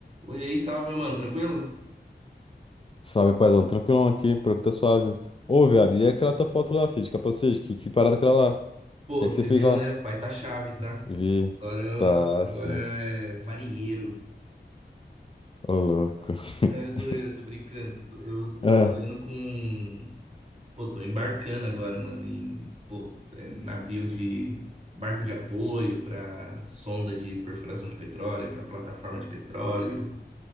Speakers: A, on the right; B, on the left.
A: Oi aí, salve, meu mano, tranquilo?
B: Salve, paizão, tranquilão aqui, por que tá suave. Ô, viado, e aquela tua foto lá, filho, de capacete, que, que parada aquela lá? O
A: Pô,
B: que
A: você
B: é que você fez
A: viu,
B: lá?
A: né? O pai tá chave, tá?
B: Vi,
A: Agora, eu-
B: tá,
A: agora
B: filho,
A: é marinheiro.
B: ô louco. <laughs>
A: É zoeira, tô brincando. Tô- Eu tô
B: Ah,
A: trabalhando com. Pô, tô embarcando agora, mano, em pô, é, navio de. Barco de apoio pra sonda de perfuração de petróleo, pra plataforma de petróleo